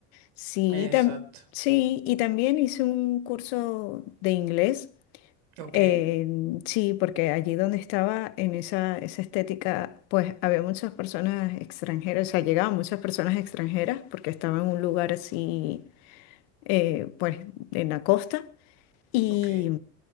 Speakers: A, on the left; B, on the right.
A: Sí,
B: Exacto.
A: tam- sí, y también hice un curso de inglés,
B: Ok,
A: eh, sí, porque allí donde estaba en esa, esa estética, pues había muchas personas extranjeras, o sea, llegaban muchas personas extranjeras porque estaba en un lugar así, eh, pues en la costa. Y,
B: ok.